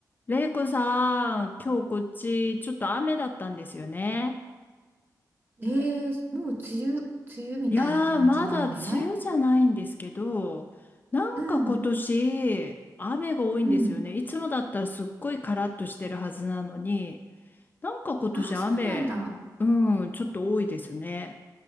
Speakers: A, on the left; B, on the right.
A: レイコさん、今日こっちちょっと雨だったんですよね。
B: えー、もう梅雨、梅雨みたいな感じの雨
A: いやー、まだ梅雨じゃないんですけど、なんか今年雨が多いんですよね。
B: うんうん
A: いつもだったらすっごいカラッとしてるはずなのに、なんか今年雨、
B: ああーそうなんだ
A: うん、ちょっと多いですね。